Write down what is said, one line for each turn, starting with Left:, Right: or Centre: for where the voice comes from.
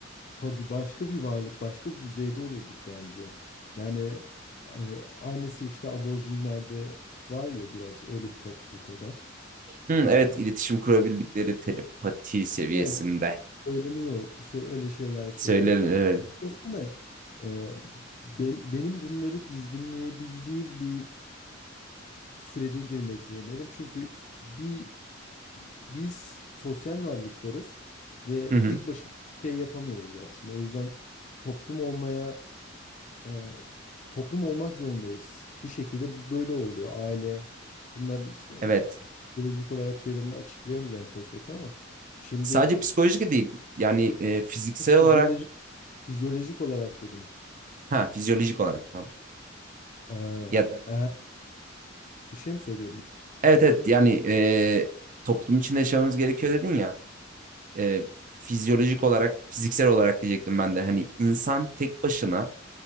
Left: Tabii başka bir varlık, başka bir düzeyde olurduk bence. Yani e, aynısı işte aborjinlerde var ya biraz öyle bir topluluk o da.
Right: Hı,
Left: Ee,
Right: evet iletişim kurabildikleri telepati seviyesinde.
Left: evet, söyleniyor, sö- öyle şeyler söylüyor.
Right: Söyle.
Left: Desene, e, ben, benim bunları dizginleyebildiğim bir sürece girmek zorundaydım. Çünkü bir biz sosyal varlıklarız ve
Right: Hı hı,
Left: tek başımıza bir şey yapamıyoruz aslında. O yüzden toplum olmaya e, toplum olmak zorundayız. Bir şekilde bu böyle oluyor. Aile bunların işte e,
Right: evet.
Left: fizyolojik olarak şeylerini açıklayamayacağım tek tek ama şimdi
Right: Sadece psikolojik değil. Yani e, fiziksel olarak
Left: fizyolojik fizyolojik olarak dedim.
Right: ha fizyolojik olarak tamam.
Left: E,
Right: Ya
Left: eğer bir şey mi söylüyordun?
Right: evet evet yani e, toplum içinde yaşamamız gerekiyor dedin ya. e, fizyolojik olarak, fiziksel olarak diyecektim ben de. Hani insan tek başına